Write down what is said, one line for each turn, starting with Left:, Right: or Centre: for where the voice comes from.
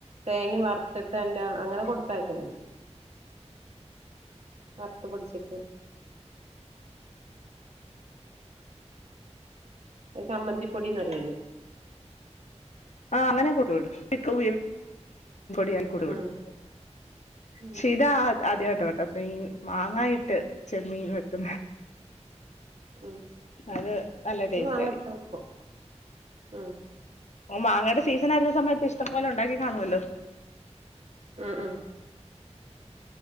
Right: തേങ്ങിം വറ്ത്തിട്ടെല്ലോം അങ്ങനെ കൊട്ത്തയക്കല്ണ്ട് വർത്ത് പൊട്ച്ചിട്ട്. അത് കമ്മന്തിപ്പൊടിന്ന് പറി അയ്ന്.
Left: ആഹ് അങ്ങനെ കൊടു വിടും. ചിക്കൻ <unintelligible>
Right: ഉം ഉം
Left: ക്ഷെ ഇത് ആ ആദ്യാട്ടാ ഇപ്പ ഈ മാങ്ങാ ഇട്ട് ചെമ്മീൻ വെക്കു
Right: ഉം
Left: അത് നല്ല
Right: ഇത്
Left: ടേസ്റ്റ്
Right: മാങ്ങ
Left: ആയിരിക്കും.
Right: ഇട്ടിട്ട് വെക്കും ഉം
Left: ഓഹ് മാങ്ങയുടെ സീസൺ ആയിരുന്ന സമയത്ത് ഇഷ്ടം പോലെ ഉണ്ടാക്കി കാണോലൊ.
Right: ഉം ഉം